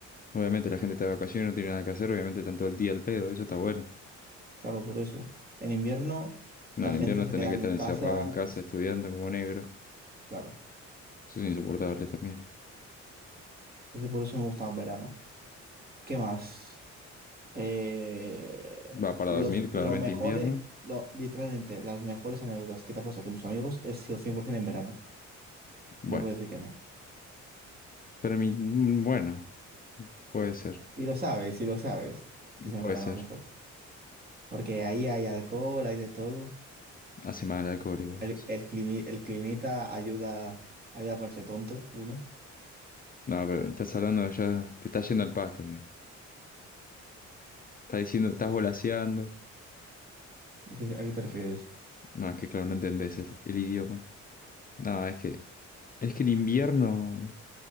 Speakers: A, on the left; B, on the right.
A: Obviamente la gente está de vacaciones, no tiene nada que hacer, obviamente están todo el día al pedo, eso está bueno.
B: Claro, por eso. En invierno,
A: No,
B: la
A: en
B: gente
A: invierno
B: se
A: tenés
B: queda
A: que
B: en
A: estar
B: casa,
A: encerrado en casa
B: es-
A: estudiando como negro.
B: claro.
A: Eso es insoportable también.
B: Entonces, por eso me gusta más verano. ¿Qué más? eh,
A: Va para
B: los,
A: dormir, claramente
B: lo mejores,
A: invierno.
B: lo, literalmente, las mejores anécdotas que te has pasado con tus amigos es sido 100% en verano.
A: Bueno,
B: No puedo decir que no.
A: pero mi, mm, bueno, puede ser,
B: Y lo sabes, y lo sabes, que es en
A: puede
B: verano
A: ser.
B: los mejores. Porque ahí hay alcohol, hay de todo.
A: Hace mal el alcohol igual.
B: El,
A: sí.
B: el, climi- el climita ayuda, ayuda a ponerse tonto, uno.
A: No, pero estás hablando ya, te estás yendo al pasto, amigo. Está diciendo, estás volaseando.
B: ¿Qué- ¿A qué te refieres?
A: No, es que claro, no entendés el, el idioma. No, es que, es que el invierno.